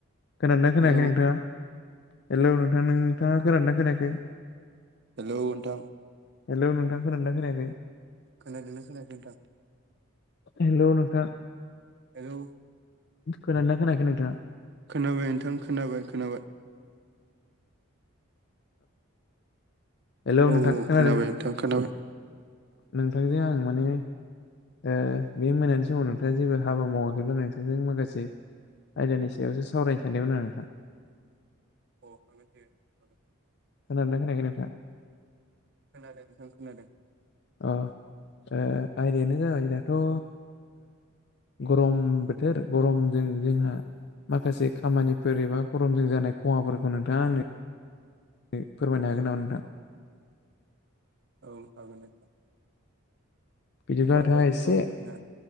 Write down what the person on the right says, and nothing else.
हेलौ
हेलौ' नोंथां।
खोनादों ना खोनायाखै नोंथां।
हेलौ'
खोनाबाय नोंथां खोनाबाय खोनाबाय।
औ
औ
खोनाबाय नोंथां खोनाबाय
औ
अ' हागोनदे <unintelligible>
खोनादों नोंथां खोनादों।
औ हागोन नोंथां।
खहा
जानायखौ
आरोखि ना